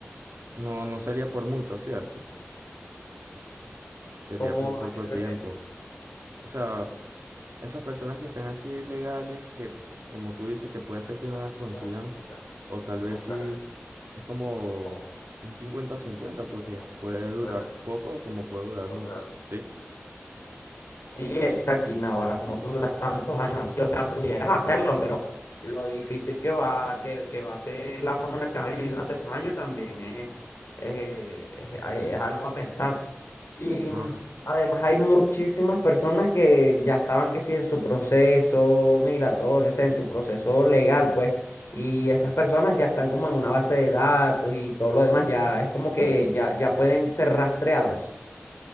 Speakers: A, on the right; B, on the left.
A: No, no sería por mucho, ¿cierto? Sería
B: ¿Cómo,
A: muy poco
B: a qué te refieres?
A: tiempo. O sea, esas personas que están así ilegales, que como tú dices, que puede ser que
B: Por
A: no las
B: eso,
A: consigan,
B: la consideramos
A: o tal vez
B: contrarrestar
A: sí, es como
B: en
A: un cincuenta a cincuenta porque
B: encuentros
A: puede
B: que
A: durar
B: pueden
A: poco o como puede durar
B: durar
A: mucho,
B: mucho.
A: ¿sí?
B: Sí, exacto. Y Navarra, como tú duras tantos años así, o sea, pudieras hacerlo, pero lo difícil que va, que, que va a ser la forma en la que vas a vivir durante esos años también es, es- es- eh, es algo a pensar. Y
A: No,
B: mm, además hay muchísimas personas que ya estaban que sí en su proceso migratorio, o sea, en su proceso legal, pues, y esas personas ya están como en una base de datos y todo lo demás, ya es como que ya, ya pueden ser rastreados